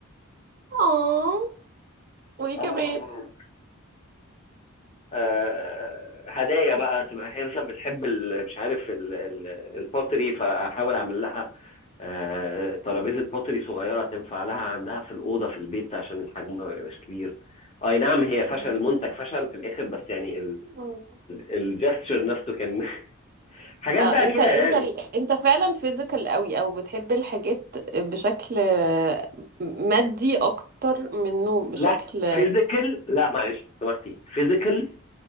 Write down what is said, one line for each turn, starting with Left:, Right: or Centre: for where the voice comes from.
Right: اه وايه
Left: اه
Right: كمان
Left: اه آه، هدايا بقى تبقى هي مثلا بتحب ال- مش عارف ال- ال- البوتري فاحاول اعمل لها آه، ترابيزه بوتري صغيره تنفع لها عندها في الاوضه في البيت عشان الحجم ما يبقاش كبير اي نعم هي فشل
Right: مم.
Left: المنتج فشل في الاخر بس يعني
Right: مم.
Left: الجستشر نفسه كان <laughs> حاجات
Right: اه
Left: بقى
Right: انت
Left: كده
Right: انت
Left: يعني
Right: ال- انت فعلا فيزيكال قوي او بتحب الحاجات بشكل مادي اكتر منه بشكل
Left: لا فيزيكال لا معلش سامحتي فيزيكال